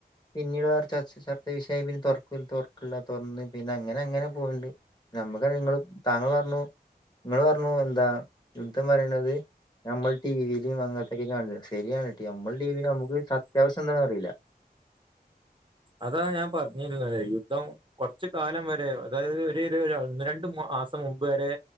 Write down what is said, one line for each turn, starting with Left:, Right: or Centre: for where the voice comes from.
Left: പിന്നീട് വേറെ ചർ ചർച്ച വിഷയമായി പിന്നെ തുറക്ക തുറക്കില്ല തുറന്നന്ന് പിന്നെ അങ്ങനെ അങ്ങനെ പോയിണ്ട് നമ്മുക്ക് നിങ്ങള് താങ്കൾ പറഞ്ഞു നിങ്ങള് പറഞ്ഞു എന്താ യുദ്ധം പറയുന്നത് നമ്മൾ ടിവിയിലും അങ്ങനത്തൊക്കെ കാണ ശരിയാണട്ടി നമ്മുടെ ടിവി നമുക്ക് സത്യാവശ്യം എന്താന്ന അറിയില്ല
Right: അതാ ഞാൻ പറഞ്ഞിരുന്നല്ലേ യുദ്ധം കൊറച്ച കാലം വരെ അതായത് ഒരു ഒരു ഒന്നു രണ്ട് മാസം മുമ്പ് വരെ